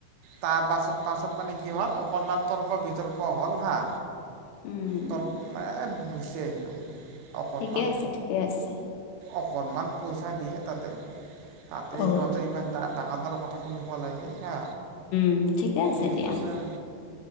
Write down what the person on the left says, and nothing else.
উম
ঠিকে আছে ঠিকে আছে
অ
উম, ঠিকেই আছে
দিয়া।